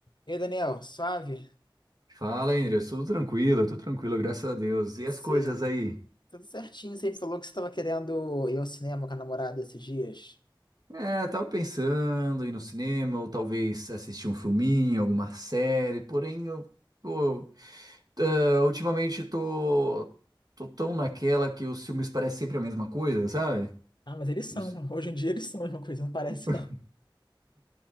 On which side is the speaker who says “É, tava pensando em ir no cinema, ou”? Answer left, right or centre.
Right